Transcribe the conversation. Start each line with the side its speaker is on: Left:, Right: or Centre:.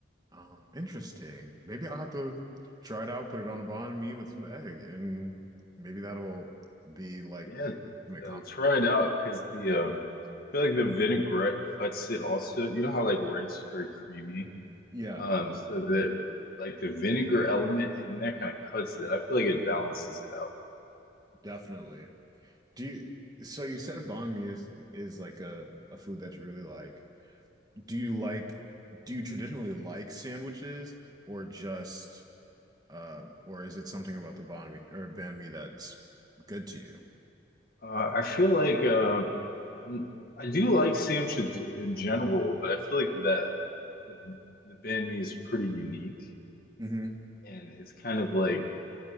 Right: Um, interesting. Maybe I'll have to try it out, put it on a banh mi with some egg, and maybe that'll be like
Left: Yeah,
Right: my comp.
Left: uh, try it out because the um, I feel like the vinaigrette cuts it also. You know how like red's very creamy,
Right: Yeah,
Left: um, so that like the vinegar element in there kind of cuts it. I feel like it balances it out.
Right: definitely. Do you, so you said banh mi is is like a, a food that you really like. Do you like do you traditionally like sandwiches or just uh or is it something about the banh mi or banh mi that's good to you?
Left: Uh, I feel like um, I'm I do like sandwiches in general, but I feel like the the the banh mi is pretty unique,
Right: hmm
Left: and it's kind of like